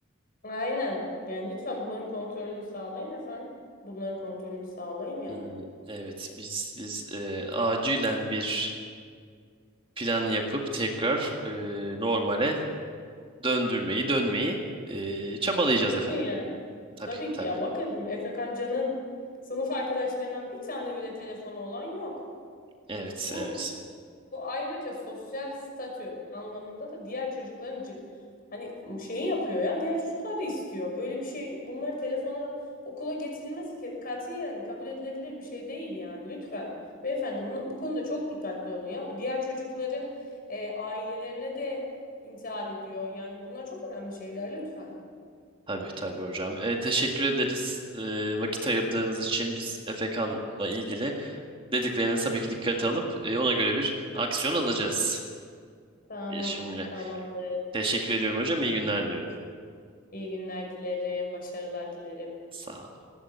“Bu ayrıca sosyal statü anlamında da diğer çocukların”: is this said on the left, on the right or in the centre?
Left